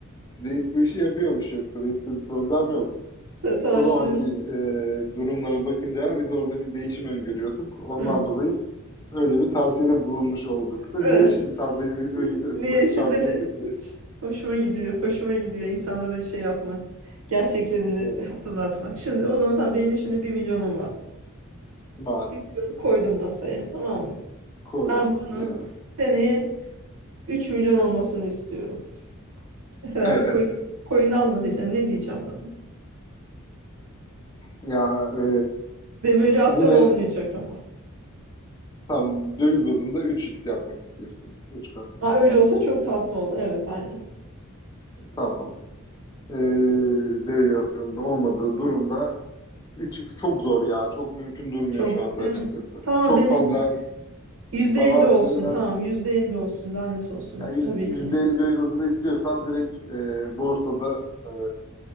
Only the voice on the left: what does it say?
reis bu işi yapıyormuş yoksa reiste bir problem yok.
O zamanki
e, durumlara bakınca biz orada bir değişim öngörüyorduk. Ondan
dolayı öyle bir tavsiyede bulunmuş olduk da.
Niye şimdi sen benim yüzüme getirip
bunları
çarpıyorsun
ki?
Evet,
ben
koydum
nasıl
evet.
Evet.
Ya e,
yine
tam döviz bazında üç x yapmak istiyorsun. 3 kat
artmak
istiyorsun.
Tamam. E, devalüasyonda olmadığı durumda üç x çok zor ya. Çok mümkün durmuyor
şu anda
açıkçası.
Çok
fazla
bazı
şeyler
Yani yüz-
%50
dövizinde istiyorsan direkt e, borsada e,